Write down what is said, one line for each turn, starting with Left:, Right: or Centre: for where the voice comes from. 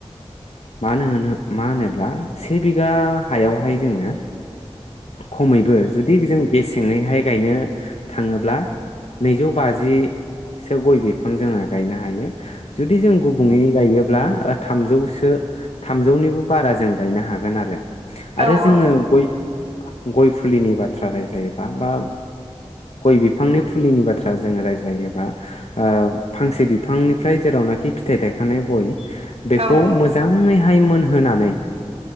Left: मानो होनो मा होनोब्ला से बिगा हायावहाय जोङो खमैबो जुदि जों गेसेङैहाय गायनो थाङोब्ला नैजौ बाजिसो गय बिफां जोंङो गायनो हायो जुदि जों गुबुङयै गायोब्ला थामजौसो थामजौनिबो बारा जों गायनो हागोन आरो
Right: औ
Left: आरो
Right: औ
Left: जोङो गय गय फुलिनि बाथ्रा रायज्लायोबा बा गय बिफांनि फुलिनि बाथ्रा जोङो रायज्लायोबा ओ फांसे बिफांनिफ्राय जेरावनाखि फिथाइ थायखानाय गय बेखौ
Right: औ
Left: मोजाङै मोजाङै मोनहोनानै